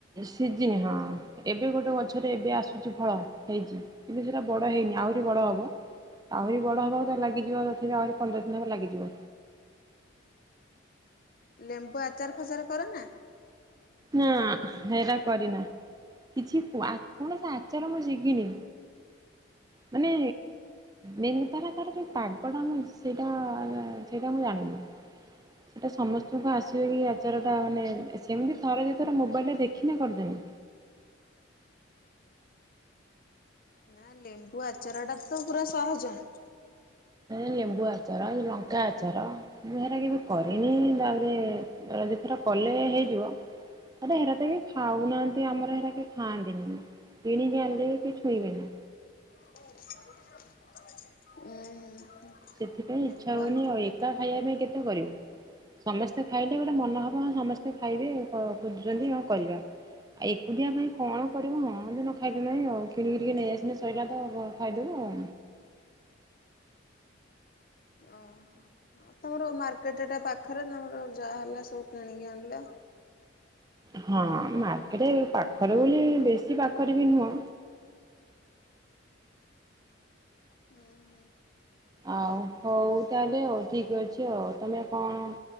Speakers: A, on the right; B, on the left.
A: ସି ସିଜିନ ହଁ ଏବେ ଗୋଟେ ଗଛରେ ଏବେ ଆସୁଛି ଫଳ ହେଇଛି କିନ୍ତୁ ସେଟା ବଡ଼ ହେଇନି ଆହୁରି ବଡ଼ ହବ ଆହୁରି ବଡ଼ ହବ ତ ଲାଗିଯିବ ତଥାପି ଆହୁରି ପନ୍ଦର ଦିନ ହେବ ଲାଗିଯିବ।
B: ଲେମ୍ବୁ ଆଚାର ପାଚାର କର ନା
A: ନା ସେରା କରିନା କିଛି କୌଣସି ଆଚାର ମୁଁ ଯିବିନି ମାନେ ମେନର ତାର ଯୋଉ ପାଗଟା ସେଇଟା ସେଇଟା ମୁଁ ଜାଣିନି ସେଇଟା ସମସ୍ତଙ୍କୁ ଆସିବ ଆଚାରଟା ମାନେ ସେମିତି ଥରେ ଦିଥର ମୋବାଇଲ ରେ ଦେଖିନେ କରିଦେବି।
B: ନା ଲେମ୍ବୁ ଆଚାରଟା ତ ପୁରା ସହଜ।
A: ଲେମ୍ବୁ ଆଚାର ଲଙ୍କା ଆଚାର ମୁଁ ହେରା କେବେ କରିନି ତାପରେ ଏଇଥରେ କଲେ ହେଇଯିବ ତ ହେରା ତ କେହି ଖାଉନାହାଁନ୍ତି ଆମର ହେରା କେହି ଖାଆନ୍ତିନି କିଣିକି ଆଣିଲେ ବି ଛୁଇଁବେନି।
B: ହୁଁ। <unintelligible> <inaudible>
A: ସେଥିପାଇଁ
B: ଲେମ୍ବୁଆ
A: ଇଚ୍ଛା ହଉନି ଆଉ ଏକା ଖାଇବା ପାଇଁ କେତେ କରିବୁ ସମସ୍ତେ ଖାଇଲେ ଗୋଟେ ମନେ ହବ ସମସ୍ତେ ଖାଇବେ ଖୋଜୁଛନ୍ତି ହଁ କରିବା ଆଉ ଏକୁଟିଆ ପାଇଁ କଣ କରିବୁ ହଁ ନ ଖାଇଲେ ନାହିଁ ଆଉ କିଣ କିିି ଟିକେ ନେଇ ଆସିନେ ସରିଲା ତ ଖାଇଦବୁ ଆଉ
B: ଓ ତମର ମାର୍କେଟ ଟା ପାଖରେ ତମର ଯାହା ହେଲା ସବୁ କିଣିକି ଆଣିଲ
A: ହଁ ମାର୍କେଟ ପାଖରେ ବୋଲି ବେଶୀ ପାଖରେ ବି ନୁହଁ।
B: ହୁଁ ହୁଁ।
A: ଆଉ ହଉ ତାହେଲେ ହଉ ଠିକ୍ ଅଛି ହଉ ତମେ କଣ‌